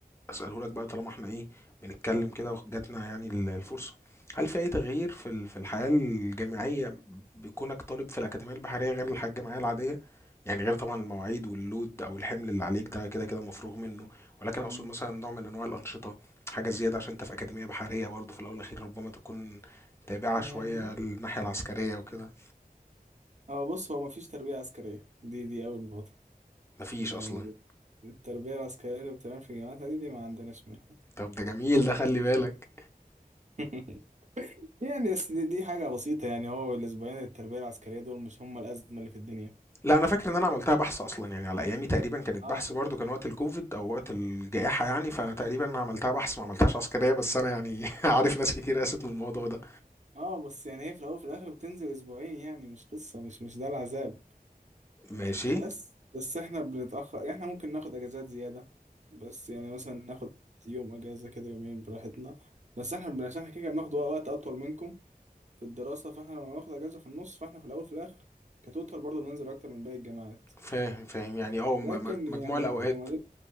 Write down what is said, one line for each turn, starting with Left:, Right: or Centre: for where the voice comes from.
Left: اساله لك بقى طالما احنا ايه بنتكلم كده وجاتنا يعني ال- الفرصه هل في اي تغيير في ال- في الحياه الجامعيه بكونك طالب في الاكاديميه البحريه غير الحياه الجامعيه العاديه يعني غير طبعا المواعيد واللود او الحمل اللي عليك ده كده كده مفروغ منه ولكن اقصد
Right: يعني
Left: مثلا نوع من انواع الانشطه حاجه زياده عشان انت في اكاديميه بحريه برضه في الاول والاخير ربما تكون تابعة
Right: يعني
Left: شوية الناحية العسكرية وكده
Right: هو بص هو مفيش تربية عسكرية دي دي أول نقطة
Left: مفيش
Right: يعني
Left: أصلا
Right: التربية العسكرية اللي بتتعمل في جامعات دي دي ما عندناش منها
Left: طب ده جميل ده خلي بالك
Right: <laughs> يعني بس دي, دي حاجة بسيطة يعني هو الأسبوعين التربية العسكرية دول مش هم الأزمة اللي في الدنيا
Left: لا أنا فاكر إن أنا عملتها بحث أصلا يعني على أيامي تقريبا كانت
Right: اه
Left: بحث برضو كان وقت الكوفيد أو وقت الجائحة يعني فتقريبا أنا عملتها بحث ما عملتهاش عسكرية بس أنا يعني <laughs> عارف ناس كتير قاست من الموضوع ده
Right: اه بس يعني هي في الاول وفي الاخر بتنزل اسبوعين يعني مش قصه مش مش ده العذاب
Left: ماشي
Right: بس بس احنا بنتاخر يعني احنا ممكن ناخد اجازات زياده بس يعني مثلا ناخد يوم اجازه كده يومين براحتنا بس احنا بن- عشان احنا كده بناخد وقت اطول منكم في الدراسه فاحنا لما بناخد اجازه في النص فاحنا في الاول وفي الاخر كتوتال برضه بننزل اكتر من باقي الجامعات
Left: فاهم فاهم يعني اه م-
Right: لكن
Left: م- مجموع
Right: يعني
Left: الأوقات
Right: المميزات